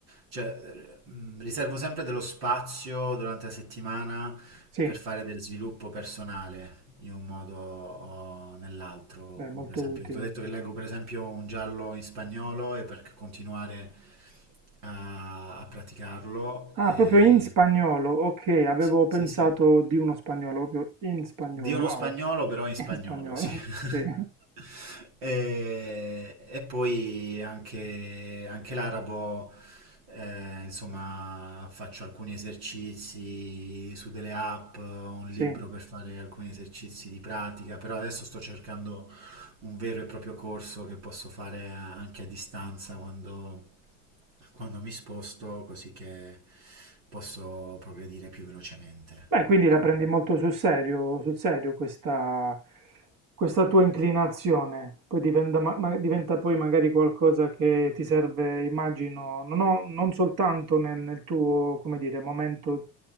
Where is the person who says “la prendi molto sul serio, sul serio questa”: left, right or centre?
Right